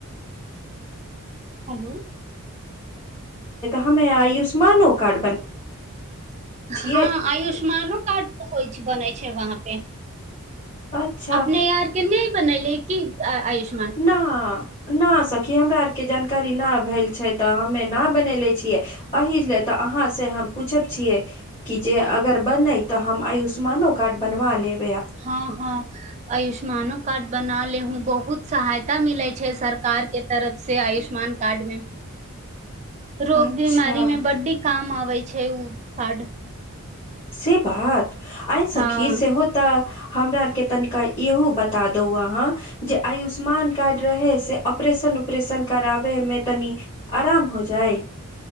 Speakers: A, on the right (about 30°); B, on the left (about 25°).
A: हेलो
B: हमे आयुष्मानो कार्ड बना छियै
A: हँ आयुष्मानो कार्ड बनैत छै वहाँपे
B: अच्छा
A: अपने आर नहि बनेलिए कि आयुष
B: न <unintelligible> नहि सखी हमरा आरके जानकारी नहि भेल छै तऽ हमे न बनले छियै एहिही ल तऽ अहाँ से हम पूछब छीये कि जे अगर बने तऽ हम आयुष्मानो कार्ड बनवा लेब
A: हँ हँ आयुष्मानो कार्ड बना ले हू बहुत बहुत सहायता मिलैत छै सरकार के तरफ से आयुष्मान कार्ड मे रोग
B: अच्छा
A: बीमारी मे बड्डी काम आबै छै ओ फड
B: से बात आइ सखी
A: हँ
B: से होता हमरा आरके तनिका इहो बता दो अहाँ जे आयुष्मान कार्ड रह से ऑपरेशन उपरेशन कराबै मे तनि आराम हो जाय